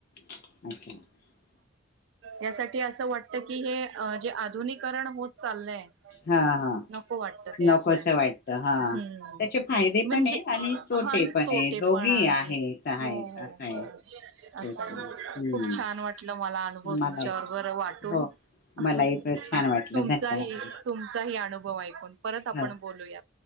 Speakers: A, on the left; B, on the right.
A: <inaudible>
B: यासाठी असं वाटत की हे जे आधुनिककरण होत चाललंय
A: हा हा
B: नको वाटत ते
A: नकोस
B: असंय
A: वाटतं हा.
B: हम्
A: त्याचे फायदे
B: म्हणजे
A: पण आहे आणि तोटे
B: भांड
A: पण
B: तोटे
A: आहे दोघी
B: पणा आहेत
A: आहेत
B: हो हो
A: असं आहे.
B: हो असं
A: तेच ना हम्म
B: खूप छान वाट मला अनुभव
A: मलाही
B: तुमच्याबरोबर वाटून
A: हो.
B: आणि
A: मलाही छान वाटलं
B: तुमचाही
A: धन्यवाद
B: तुम तुमचाही अनुभव ऐकून परत आपण
A: हो
B: बोलूया